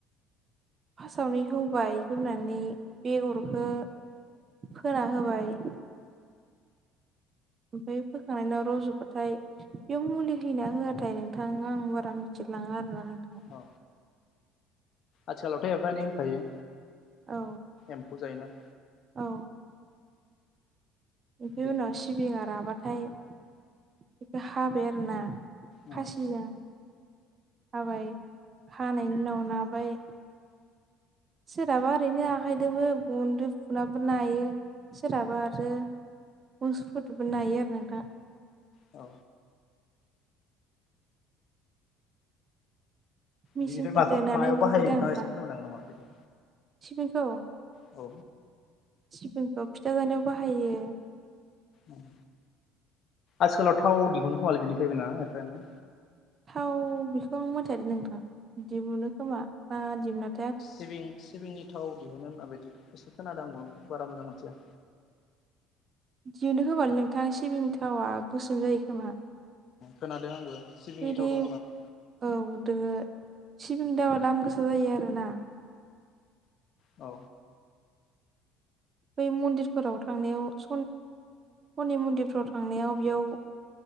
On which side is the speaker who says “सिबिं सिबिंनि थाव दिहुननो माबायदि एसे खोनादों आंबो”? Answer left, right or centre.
Left